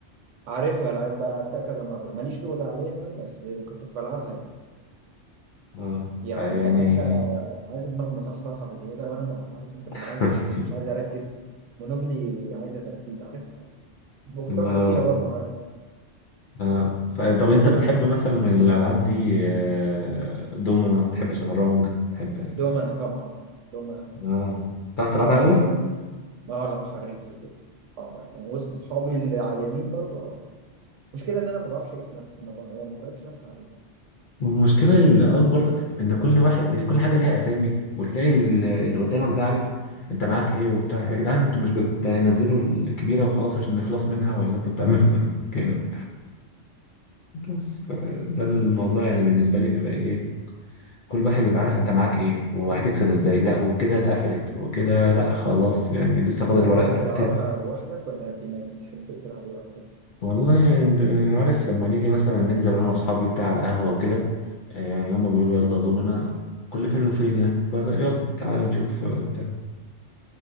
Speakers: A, on the right; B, on the left.
A: عارفها لعب بقى لعبتها كذا مرة ماليش تقول عليها بس كنت بلعبها يعني
B: اه
A: يعني
B: فيعني
A: عايزة عايزة دماغ مصحصحة بزيادة وأنا بقى عارف أنت ببقى
B: <laughs>
A: عايز أفصل مش عايز أركز مونوبلي عايزة تركيز عارف كنت
B: اه
A: بكسب فيها برضه عادي
B: اه ف- طب أنت
A: أنت
B: بتحب مثلا من الألعاب دي آه، دومنا بتحب شطرنج بتحب
A: دومنا طبعا دومنا
B: اه بتعرف تلعبها
A: لا شطرنج
B: قوي؟
A: اه لا حريف في الدومنة اه لا يعني وسط أصحابي العيانين برضه اه المشكلة إن أنا ما بعرفش أقيس نفسي ما بعرف يعني ما بعرفش ناس حريف
B: والمشكلة الأكبر إن كل واحد إن كل حاجة ليها أسامي وتلاقي ال- اللي قدامك ده عارف أنت معاك إيه وبتاع يا جدعان أنتوا مش بتنزلوا الكبيرة وخلاص عشان نخلص منها ولا أنتوا بتعملوا إيه <laughs> كده بس ده الموضوع يعني بالنسبة لي بيبقى إيه كل واحد بيبقى عارف أنت معاك إيه وهتكسب إزاي لا وكده اتقفلت وكده لا خلاص يعني لسه فاضل
A: انت كنت
B: ورقة
A: بتلعبها لوحدك ولا تيمات بتحب تلعب ايه اكتر
B: والله يعني د- عارف لما نيجي مثلا ننزل انا واصحابي بتاع القهوة وكده آه، يعني هما بيقولوا يلا دومنا كل فين وفين يعني فت- يلا تعالى نشوف آه، بتاع